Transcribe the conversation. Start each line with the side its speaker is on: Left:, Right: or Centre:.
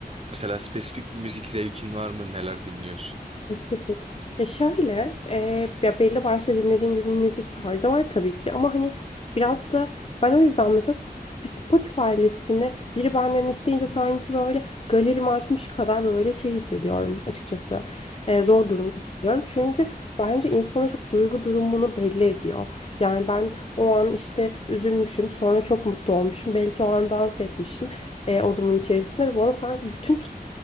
Right: Mesela spesifik bir müzik zevkin var mı? Neler dinliyorsun?
Left: Spesifik. Ya şöyle, e, ya belli başlı dinlediğim bir müzik tarzı var tabii ki ama hani biraz da ben o yüzden mesela bir Spotify listini biri benden isteyince sanki böyle galerimi açmış kadar böyle şey hissediyorum açıkçası. E, zor durumda hissediyorum. Çünkü bence insanın çok duygu durumunu belli ediyor. Yani ben o an işte üzülmüşüm, sonra çok mutlu olmuşum. Belki o an dans etmişim e, odamın içerisinde ve bana sanki bütün